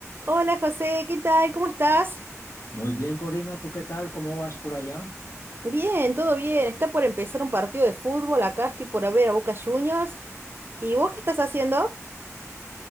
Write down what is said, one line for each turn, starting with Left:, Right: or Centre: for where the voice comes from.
Right: Hola José, ¿qué tal? ¿Cómo estás?
Left: Muy bien, Corina, ¿tú qué tal? ¿Cómo vas por allá?
Right: Bien, todo bien. Está por empezar un partido de fútbol. Acá estoy por ver a Boca Juniors. ¿Y vos qué estás haciendo?